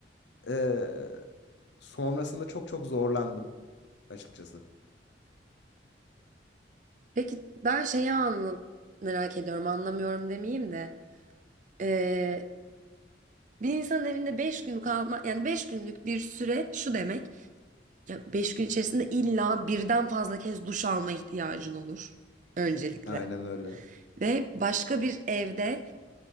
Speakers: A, on the left (about 70°); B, on the right (about 40°).
A: e, sonrasında çok çok zorlandım açıkçası.
B: Peki ben şeyi anla merak ediyorum. Anlamıyorum demeyeyim de. E, bir insanın evinde beş gün kalma yani beş günlük bir süre şu demek. Ya beş gün içerisinde illa birden fazla kez duş alma ihtiyacın olur. Öncelikle.
A: Aynen öyle.
B: Ve başka bir evde